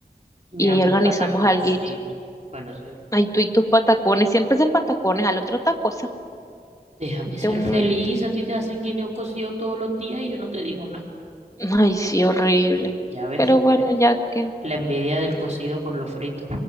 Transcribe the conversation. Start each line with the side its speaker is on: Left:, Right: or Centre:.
Right: Y me
Left: y
Right: hago
Left: ahí organizamos
Right: unos pataconcitos.
Left: alguito.
Right: Bueno, sí,
Left: Ay, tú y tus patacones, siempre haces patacones, al otro otra cosa.
Right: déjame
Left: Este
Right: ser
Left: un...
Right: feliz, a ti te hacen guineo cocido todos los días y yo no te digo nada.
Left: Ay, sí, horrible.
Right: Ya ves,
Left: Pero bueno, ya que...
Right: la envidia del cocido con lo frito.